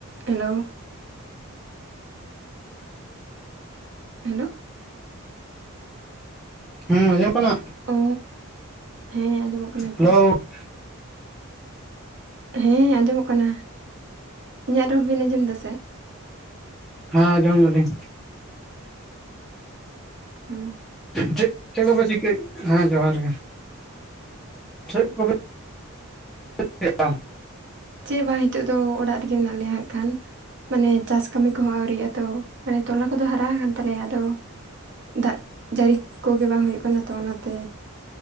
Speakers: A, on the right; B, in the centre.
A: Hello. Hello?
B: ᱦᱩᱸ ᱟᱸᱡᱚᱢᱚᱜ ᱠᱟᱱᱟ?
A: ᱚ ᱦᱮᱸ ᱟᱸᱡᱚᱢᱚᱜ ᱠᱟᱱᱟ ᱦᱤᱛᱚᱜ
B: ᱦᱮᱞᱳ
A: ᱫᱚ᱾
B: ᱚ
A: ᱦᱮᱸ ᱟᱸᱡᱚᱢᱚᱜ ᱠᱟᱱᱟ, ᱤᱧᱟᱹᱜ ᱨᱚᱲ ᱵᱮᱱ ᱟᱸᱡᱚᱢ ᱫᱟ ᱥᱮ?
B: ᱦᱮᱸ ᱟᱸᱡᱚᱢ ᱫᱟᱞᱤᱧ᱾
A: ᱚ᱾
B: ᱪᱮᱫ ᱪᱮᱫ ᱠᱚᱯᱮ ᱪᱤᱠᱟᱹ, ᱦᱮᱸ ᱡᱚᱦᱟᱨ ᱜᱮ ᱪᱮᱫ ᱠᱚᱯᱮ <inaudible>
A: ᱪᱮᱫ ᱵᱟᱝ ᱱᱤᱛᱚᱜ ᱫᱚ ᱚᱲᱟᱜ ᱨᱮᱜᱮ ᱢᱮᱱᱟᱜ ᱞᱮᱭᱟ ᱦᱟᱸᱜ ᱠᱷᱟᱱ᱾ ᱢᱟᱱᱮ ᱪᱟᱥ ᱠᱟᱹᱢᱤ ᱠᱚᱦᱚᱸ ᱟᱹᱣᱨᱤᱭᱟᱜ-ᱟ ᱛᱚ, ᱢᱟᱱᱮ ᱛᱚᱞᱟ ᱠᱚᱫᱚ ᱦᱟᱨᱟ ᱟᱠᱟᱱ ᱛᱟᱞᱮᱭᱟ ᱟᱫᱚ ᱫᱟᱜ ᱡᱟᱹᱲᱤ ᱠᱚᱜᱮ ᱵᱟᱝ ᱦᱩᱭᱩᱜ ᱠᱟᱱᱟ ᱛᱚ ᱚᱱᱟᱛᱮ